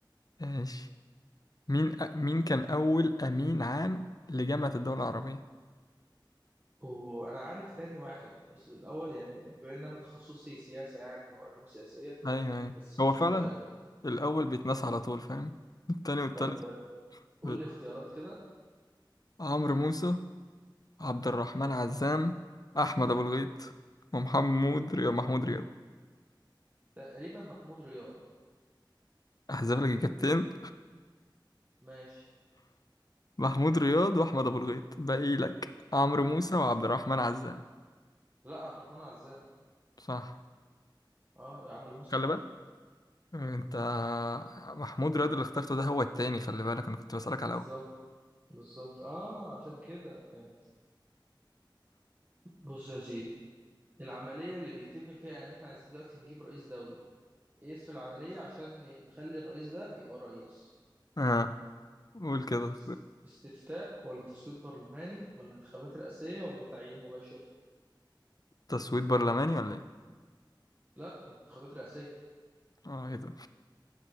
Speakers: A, on the left; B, on the right.
A: ماشي مين أ... مين كان أول أمين عام لجامعة الدول العربية؟
B: وأنا عارف تاني واحد بس بالأول يعني بما إن أنا تخصصي سياسة يعني وعلوم سياسية
A: ايوه ايوه
B: بس
A: هو
B: مش
A: فعلا
B: متأكد
A: الاول بيتنسى على طول فاهم التاني والتالت
B: طب
A: بت-
B: قول لي اختيارات كده
A: عمرو موسى عبد الرحمن عزام احمد ابو الغيط ومحمود رياض محمود رياض
B: تقريبا محمود رياض
A: احذف لك اجابتين
B: ماشي
A: محمود رياض واحمد ابو الغيط باقي لك عمرو موسى وعبد الرحمن عزام
B: لا عبد الرحمن عزام
A: صح
B: اه عمرو موسى
A: خلي
B: لا
A: بالك انت محمود رياض اللي اخترته ده هو التاني خلي بالك انا كنت بسألك
B: بالظبط
A: على اول
B: بالظبط اه عشان كده فهمت بص يا سيدي العملية اللي بيتم فيها ان احنا عايزين دلوقتي نجيب رئيس دولة ايه اسم العملية عشان نخلي الرئيس ده يبقى رئيس
A: اه قول كده
B: است- استفتاء ولا تصويت برلماني ولا انتخابات رئاسية ولا تعيين مباشر
A: تسويت برلماني ولا ايه
B: لا انتخابات رئاسية
A: اه ايه ده